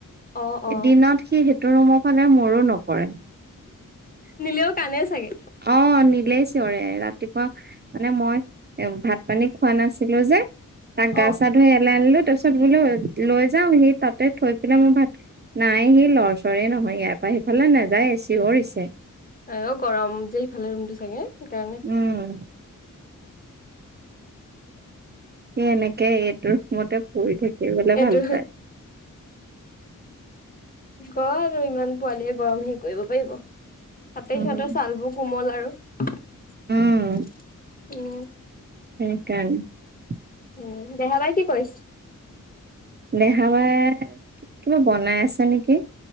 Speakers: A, on the left; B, on the right.
A: অ অ
B: দিনত সি ৰুমৰ ফালে মোৰো নকৰে
A: নিলেও কানে চাগে
B: অ', নি চিয়ৰে ৰাতিপুৱা মানে, মই এ ভাত পানী খোৱা নাছিলো যে তাক গা
A: অ
B: চা ধুই ইয়ালে আনিলো তাৰ পািছত বোলো লৈ যাও সি তাতে থৈ পেলাই মোৰ ভাত, নাই সি লৰচৰে নহয় ইয়াৰ পৰা সেইফালে নাযায় চিঞৰিছে
A: আহ, অ', গৰম যে সিফালে ৰুমটো চাগে সেইকাৰণে
B: উম সেই এনেকে এইটো ৰুমতে, পঢ়ি থাকি বোলে
A: এইটো
B: ভাল পায়
A: আৰু ইমান পোৱালিয় গৰম হে কৰিব পাৰিব তাতে,
B: উম
A: সিহঁতৰ ছালবোৰ কোমল আৰু উ,
B: উম <unintelligible>
A: উম, দেহা বাই কি কৰিছ?
B: দেহা বাই কিবা বনাই আছে নেকি।